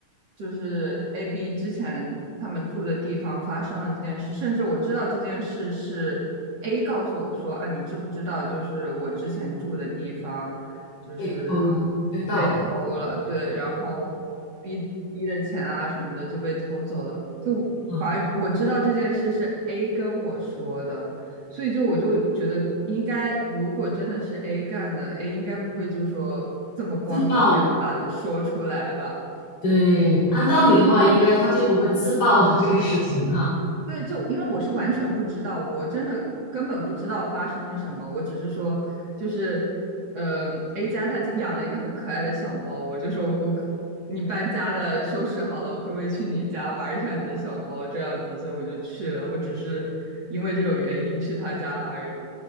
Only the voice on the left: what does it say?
被偷了、被盗了
啊？
自爆，对，按道理的话，应该他就不会自爆 <laughs> 这个事情哈。